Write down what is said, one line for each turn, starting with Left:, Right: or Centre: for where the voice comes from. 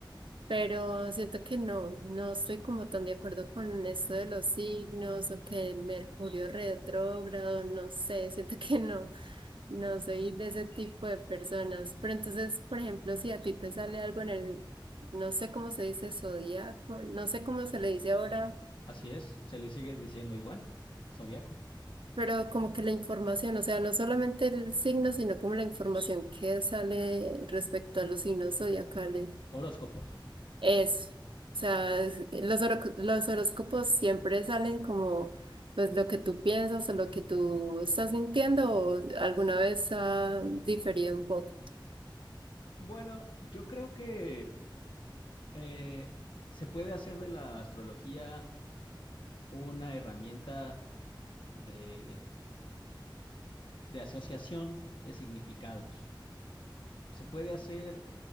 Right: pero siento que no, no estoy como tan de acuerdo con esto de los signos o que el Mercurio retrógrado, no sé, siento <laughs> que no, no soy de ese tipo de personas. Pero entonces, por ejemplo, si a ti te sale algo en el, no sé cómo se dice zodiaco, no sé cómo se le dice ahora,
Left: así es, se le sigue diciendo igual, zodiaco,
Right: pero como que la información, o sea, no solamente el signo, sino como la información que sale respecto a los signos zodiacales.
Left: horóscopos.
Right: Es, o sea, es- los, horo- los horóscopos siempre salen como pues lo que tú piensas o lo que tú estás sintiendo o alguna vez ha diferido un poco.
Left: Bueno, yo creo que eh, se puede hacer de la astrología una herramienta de, de asociación de significados. Se puede hacer